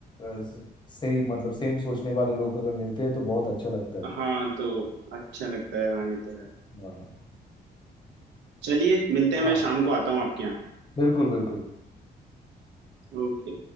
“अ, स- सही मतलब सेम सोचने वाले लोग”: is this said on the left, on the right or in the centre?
Left